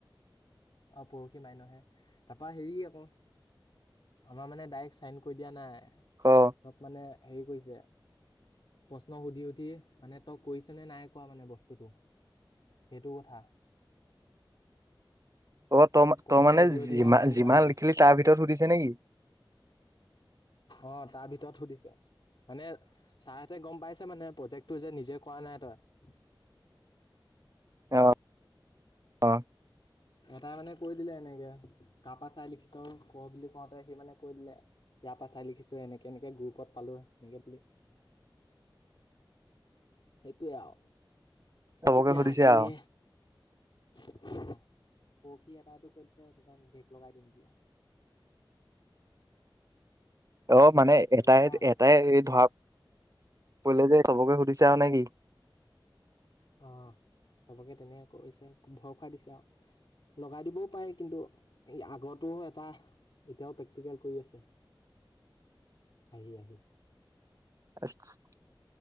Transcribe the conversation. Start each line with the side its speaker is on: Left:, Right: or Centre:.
Left: অহ পৰহি মইনৰ হে, তাৰাপা হেৰি আকৌ আমাৰ মানে ডাইৰেক্ট চাইন কৰি দিয়া নাই।
Right: অ
Left: চব মানে হেৰি কৰিছে। প্ৰশ্ন সুধি সুধি মানে তই কৈছনে নাই কোৱা মানে বস্তুটো, সেইটো কথা।
Right: অ ত,
Left: প্ৰশ্ন
Right: ত মানে
Left: সুধি সুধিহে
Right: যিমা
Left: চাইন
Right: যিমান
Left: কৰাইছে
Right: লিখিলি তাৰ ভিতৰত সুধিছে নেকি?
Left: অ তাৰ ভিতৰত সুধিছে, মানে ছাৰহেঁতে গম পাইছে মানে প্ৰজেক্টটো যে নিজে কৰা নাই তই।
Right: অ অ
Left: এটাই মানে কৈ দিলে এনেকে, কাপা চাই লিখিছ ক? বুলি কওঁতে সি মানে কৈ দিলে, ইয়াৰ পৰা চাই লিখিছো, এনেকে এনেকে গ্ৰুপত পালো, এনেকে বুলি সেইটোয়ে আউ।
Right: চবকে
Left: এতিয়া
Right: সুধিছে
Left: কালি।
Right: আৰু
Left: পৰখী এটাই টো কৈ দিছে, তহতক বেক লগাই দিম বোলে।
Right: অ মানে
Left: ডেঞ্জাৰ
Right: এটাই
Left: আকৌ
Right: এটাই ধৰাক। এই যে চবকে সুধিছা অ নেকি?
Left: অ চবকে তেনেকে কৰিছে ভৰ খুৱাই দিছে আৱ। লগাই দিবও পাৰে কিন্তু, আগতো এটা এতিয়াও প্ৰেক্টিকেল কৰি আছে, আহি আহি।
Right: <unintelligible>